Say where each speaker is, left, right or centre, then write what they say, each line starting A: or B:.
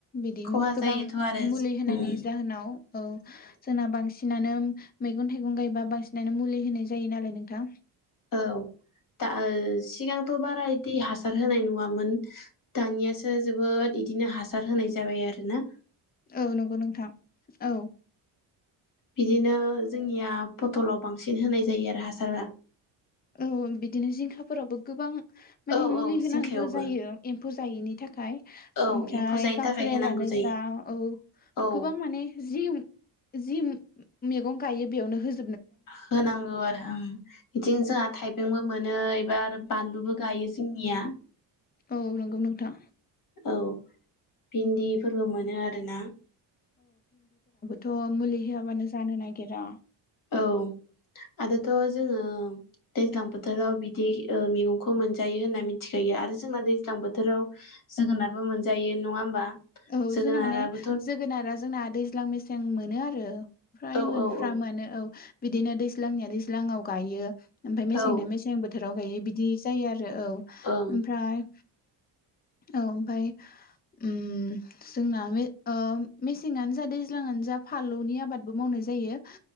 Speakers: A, on the left; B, on the left.
A: बिदि
B: खहा
A: गोबां
B: जायोथ' आरो
A: मुलि होनायनि
B: उम
A: जाहोनाव औ जोंना बांसिनानो मैगं थाइगं गायबा बांसिनानो मुलि होनाय जायो नालाय नोंथां।
B: औ दा सिगांथ' बारा इदि हासार होनाय नङा मोन दानियासो जोबोद इदिनो हासार होनाय जाबाय आरो ना।
A: औ नंगौ नोंथां औ।
B: बिदिनो जोंनिया फथलाव बांसिन होनाय जायो आरो हासारा।
A: औ बिदिनो जिंखाफोरावबो गोबां माने
B: औ
A: मुलि
B: औ
A: होनांगौ
B: जिंखायावबो
A: जायो एम एम्फौ जायैनि थाखाय
B: औ
A: ओमफ्राय
B: एम्फौ जायैनि
A: काक्रेलानो
B: थाखाय होनांगौ जायो
A: जा ओ
B: औ
A: गोबां माने जि जि मैगं गायो बेयावनो हो
B: होनांगौ आरो ओं। बिदिनो जोंहा थाइबेंबो मोनो एबा आरो बानलुबो गायो जोंनिया।
A: औ नंगौ नोंथां।
B: औ भिन्दिफोरबो मोनो आरोना।
A: थ' मुलि होआबानो जानो नागिरा।
B: औ आरोथ जोङो दैज्लां बोथोराव बिदि मैगंखौ मोनजायो होनना मिथिखायो। आरो जोंना दैज्लां बोथोराव जोगोनारबो मोनजायो नङा होमबा।
A: औ
B: जोगोनाराबोथ'
A: जोंना माने जोगोनारा जोंना दैज्लां मेसें मोनो आरो। फ्राय
B: औ
A: मोनफ्रामोआनो
B: औ औ
A: औ बिदिनो दैज्लांनिया दैज्लाङआव गायो ओमफ्राय मेसें
B: औ
A: ना मेसें बोथोराव गायो बिदि जायो आरो औ
B: ओं
A: ओमफ्राय औ ओमफाय उम जोंना मेसेंआनो ओ जा दैज्लांआनो जा फालौनि आबादबो मावनाय जायो।